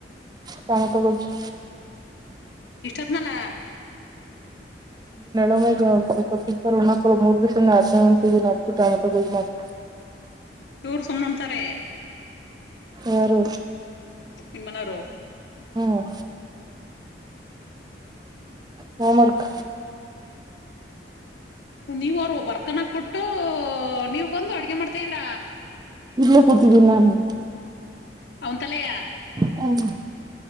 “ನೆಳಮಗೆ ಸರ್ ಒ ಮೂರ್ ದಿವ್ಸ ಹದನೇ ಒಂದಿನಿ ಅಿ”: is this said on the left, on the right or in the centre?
Right